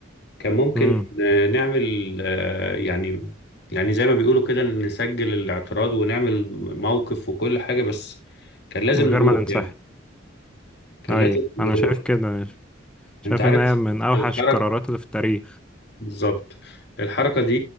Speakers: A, on the left; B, in the centre.
A: كان ممكن
B: امم
A: آه، نعمل آه، يعني يعني زي ما بيقولوا كده نسجل الاعتراض ونعمل موقف وكل حاجة بس كان لازم
B: من
A: نروح
B: غير ما ننسحب
A: يعني كان
B: اي
A: لازم نروح
B: انا شايف كده شايف
A: انت عارف
B: ان هي من اوحش
A: الحركة
B: القرارات اللي في التاريخ
A: بالظبط الحركة دي